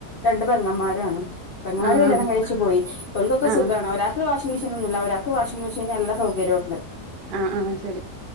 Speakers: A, on the left; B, on the right.
A: രണ്ട് പെങ്ങന്മാരും ആണ് പങ്ങമാര്
B: ആഹ്
A: കല്യാണം കഴിച്ചു പോയി. അവർക്കൊക്കെ
B: ആഹ്
A: സുഖമാണ് ഒരാൾക്ക് വഷ മെഷൻന്നില്ല അവരാക്ക് വാഷിങ് മെഷീൻ എല്ലാ സൗകര്യം ഉണ്ട്.
B: ആ ആ ശരി